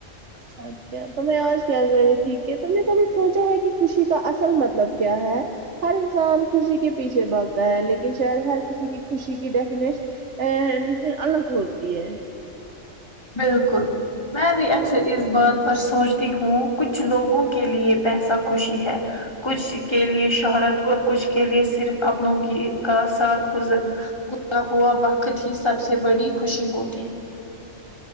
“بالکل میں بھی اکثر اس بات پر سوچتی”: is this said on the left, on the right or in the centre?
Left